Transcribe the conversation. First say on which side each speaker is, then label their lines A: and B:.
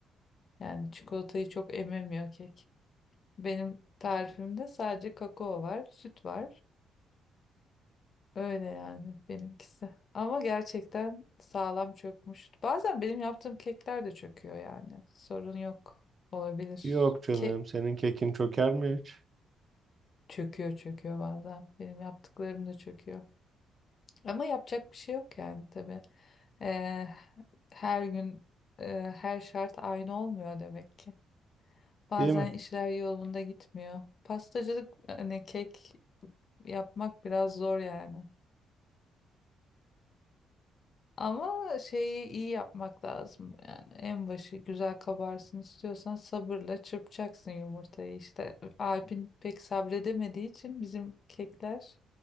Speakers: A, on the left; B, on the right.
A: Yani çikolatayı çok ememiyor kek. Benim tarifimde sadece kakao var, süt var. Öyle yani benimkisi. Ama gerçekten sağlam çökmüş. Bazen benim yaptığım kekler de çöküyor yani. Sorun yok. Olabilir.
B: Yok canım,
A: Ke-
B: senin kekin çöker mi hiç?
A: Çöküyor çöküyor bazen. Benim yaptıklarım da çöküyor. Ama yapacak bir şey yok yani tabii. Ee, her gün e, her şart aynı olmuyor demek ki. Bazen
B: Değil mi?
A: işler yolunda gitmiyor. Pastacılık hani kek yapmak biraz zor yani. Ama şeyi iyi yapmak lazım. Yani en başı güzel kabarsın istiyorsan sabırla çırpacaksın yumurtayı işte. Alp'in pek sabredemediği için bizim kekler